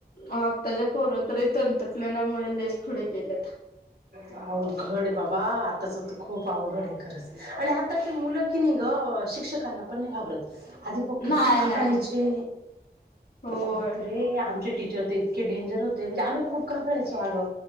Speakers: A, on the left (about 65°); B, on the right (about 80°).
A: आताच्या पोरत... तंत्रज्ञानामुळे लयच पुढे गेलेत
B: अवघड आहे बाबा आताच होत खूप अवघड आहे खरंच.. आणि आताची मुलं कि नी शिक्षकांना पण घाबरत.. आधी ब किती
A: नाय
B: घाबरायचे
A: नाय होय
B: बाप रे आमचे टीचर... इतके डेंजर होते म्हणजे आम्ही खप घाबरायचो आग